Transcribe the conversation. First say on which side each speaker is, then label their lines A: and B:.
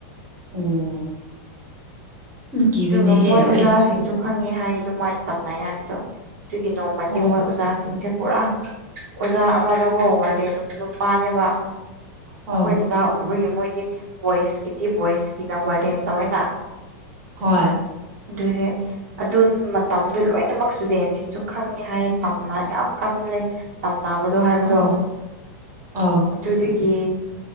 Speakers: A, on the right; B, on the right.
A: ꯑꯣ ꯌꯥꯝ ꯀꯤꯕꯅꯦꯍꯦ
B: ꯑꯗꯨꯒ ꯃꯣꯏ ꯑꯣꯖꯥꯁꯤꯡꯁꯨ
A: ꯑꯩ
B: ꯈꯪꯉꯦ ꯍꯥꯏ ꯑꯗꯨꯃꯥꯏꯅ ꯇꯝꯅꯩ ꯍꯥꯏꯕꯗꯣ ꯑꯗꯨꯒꯤ ꯅꯣꯡꯃꯗꯤ
A: ꯑꯣ
B: ꯃꯣꯏ ꯑꯣꯖꯥꯁꯤꯡꯁꯦ ꯄꯨꯔꯥ ꯑꯣꯖꯥ ꯑꯃꯗꯨꯒ ꯍꯣꯡꯉꯗꯤ ꯅꯨꯄꯥꯅꯦꯕ
A: ꯑꯣ
B: ꯑꯩꯈꯣꯏꯅ ꯂꯥ ꯑꯣꯏꯕꯒꯤ ꯃꯣꯏꯗꯤ ꯚꯣꯏꯁꯀꯤꯗꯤ ꯚꯣꯏꯁꯀꯤꯅ ꯋꯥꯔꯗꯦꯟ ꯇꯧꯋꯦꯅ
A: ꯍꯣꯏ
B: ꯑꯗꯨꯁꯦ ꯑꯗꯨ ꯃꯇꯝꯗꯨꯣ ꯂꯣꯏꯅꯃꯛ ꯏꯁꯇꯨꯗꯦꯟꯁꯤꯡꯁꯨ ꯈꯪꯉꯦ ꯍꯥꯏꯌꯦ ꯇꯝꯅ ꯌꯥꯝ ꯀꯜꯂꯦ ꯇꯝꯅꯕꯗꯣ ꯍꯥꯏꯕꯗꯣ
A: ꯑꯣ ꯑꯧ
B: ꯑꯗꯨꯗꯒꯤ